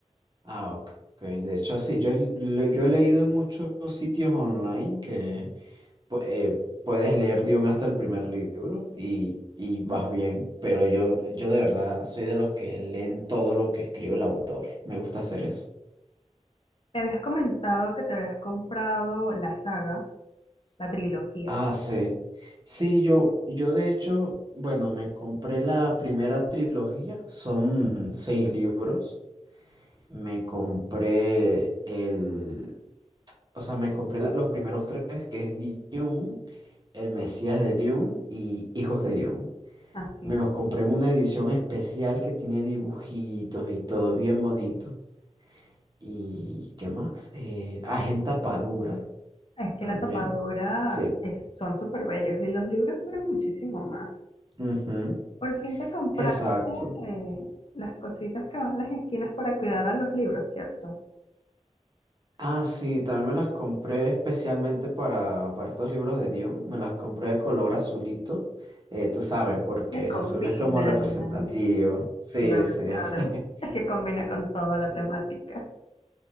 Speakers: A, on the right; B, on the left.
A: Ah, ok. De hecho, sí, yo, he le- yo he leído en muchos sitios online que pu- eh, puedes leer Dune hasta el primer libro y, y vas bien, pero yo, yo de verdad soy de los que leen todo lo que escribe el autor. Me gusta hacer eso.
B: Me habías comentado que te habías comprado la saga, la trilogía.
A: Ah, sí. Sí, yo, yo de hecho, bueno, me compré la primera trilogía, son seis libros. Me compré el, o sea, me compré la- los primeros tres, que es Dune, El Mesías de Dune y Hijos de Dune.
B: Ah, sí.
A: Me los compré en una edición especial que tiene dibujitos y todo bien bonito. ¿Y qué más? Eh, ah, es en tapa dura
B: Es que
A: también.
B: la tapadura
A: Sí.
B: es- son súper bellos y los libros duran muchísimo más.
A: ujú,
B: Por fin te compraste
A: Exacto.
B: eh, las cositas que van en las esquinas para cuidar a los libros, ¿cierto?
A: Ah, sí, también me las compré especialmente para, para estos libros de Dion. Me las compré de color azulito. Eh, tú sabes, porque
B: Le
A: el
B: combinan,
A: azul es como representativo. Sí,
B: claro,
A: sí.
B: claro.
A: <laughs>
B: Es que combina con toda
A: Sí,
B: la temática.